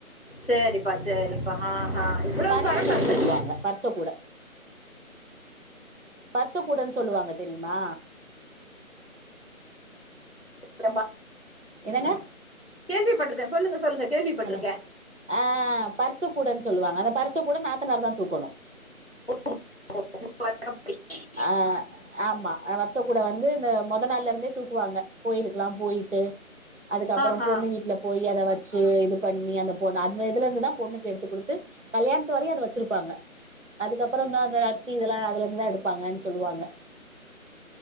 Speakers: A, on the left; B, on the right.
A: செரிப்பா செரிப்பா ஆ ஆ இவ்ளோ
B: பர்ச
A: பழக்கம்ப்பா
B: கூட தூக்குவா ங்க பர்ஸ் கூட பர்ஸ் கூடன்னு சொல்லுவாங்க தெரியுமா
A: அப்றம்பா
B: என்னங்க
A: கேள்விப்பட்ருக்கே சொல்லுங்க சொல்லுங்க கேள்விப்பட்ருகே
B: ஹலோ ஆ பர்ஸ கூடன்னு சொல்லுவாங்க அந்த பர்ச கூட நாத்தனார் தா தூக்கணு
A: <inaudible>
B: ஆ ஆமா வர்ஷ கூட வந்து இந்த மொத நாள்லருந்தே தூக்குவாங்க கோயிலுக்கெல்லா போயி ட்டு அதுக்கப்றோ
A: ஆஹா
B: பொண்ணு வீட்ல போயி அத வச்சு இது பண்ணி அந்த பொண்ணு அந்த இதுல இருந்து தா பொண்ணுக் எடுத்து குடுத்து கல்யாணத்து வரையு அத வச்சிருப்பாங்க அதுக்கப்றோ தா அந்த அரிசி இதெல்லா அதுல இருந்துதா எடுப் பாங்கன்னு சொல்லுவாங்க